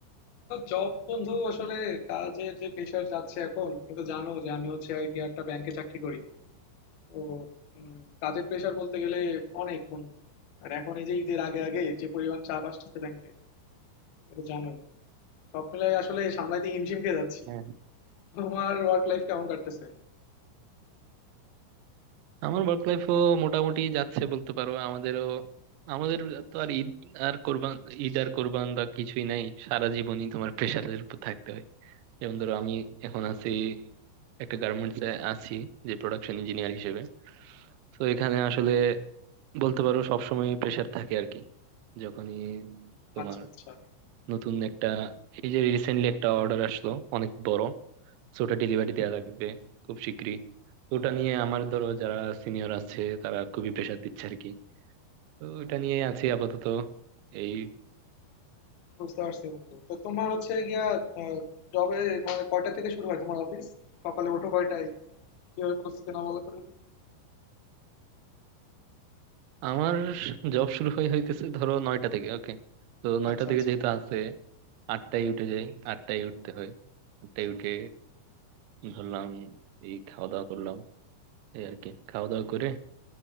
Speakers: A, on the left; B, on the right.
A: জব বন্ধু আসলে কাজের যে প্রেশার যাচ্ছে এখন তুমি তো জানো যে আমি হচ্ছে গিয়ে একটা ব্যাংকে চাকরি করি তো উম, কাজের প্রেশার বলতে গেলে অনেক বন্ধু আর এখন এই যে ঈদের আগে আগে যে পরিমাণ চাপ আসতেছে ব্যাংকে এটা তো জানোই সব মিলাই আসলে সামলাইতে হিমশিম খেয়ে যাচ্ছি
B: হ্যাঁ।
A: তোমার ওয়ার্ক লাইফ কেমন কাটতেছে
B: আমার ওয়ার্ক লাইফও মোটামুটি যাচ্ছে বলতে পারো আমাদেরও আমাদের তো আর ঈদ আর কোরবান ঈদ আর কোরবান বা কিছুই নাই সারা জীবনই তোমার প্রেশারের উপর থাকতে হয় যেমন ধরো আমি এখন আছি একটা গার্মেন্টস এ আছি যে প্রোডাকশন ইঞ্জিনিয়ার হিসেবে তো এখানে আসলে বলতে পারো সবসময় প্রেশার থাকে আর কি যখনই তোমার
A: আচ্ছা আচ্ছা
B: নতুন একটা এই যে রিসেন্টলি একটা অর্ডার আসলো অনেক বড় তো ওটা ডেলিভারি দেওয়া লাগবে খুব শিগগিরই তো ওটা নিয়ে আমার ধরো যারা সিনিয়র আছে তারা খুবই প্রেশার দিচ্ছে আর কি তো ওটা নিয়ে আছি আপাতত এই
A: বুঝতে পারছি বন্ধু তো তোমার হচ্ছে গিয়া জবে মানে কয়টা থেকে শুরু হয় তোমার অফিস সকালে ওঠো কয়টায় কিভাবে পরিস্থিতি না বলো তো দেখি।
B: আমার জব শুরু হয়ে হইতেছে ধরো নয়টা থেকে ওকে তো নয়টা
A: আচ্ছা
B: থেকে
A: আচ্ছা
B: যেহেতু আছে আটটায় উঠে যাই আটটায় উঠতে হয় আটটায় উঠে ধরলাম এই খাওয়া দাওয়া করলাম এই আর কি খাওয়া দাওয়া করে